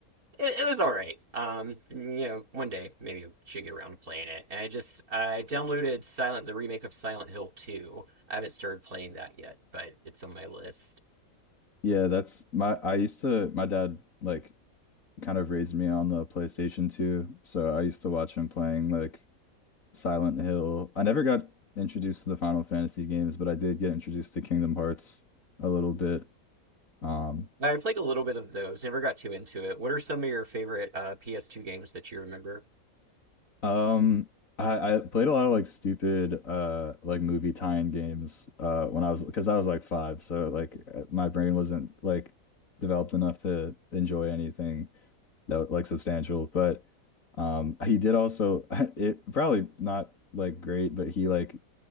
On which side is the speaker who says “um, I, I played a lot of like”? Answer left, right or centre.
Left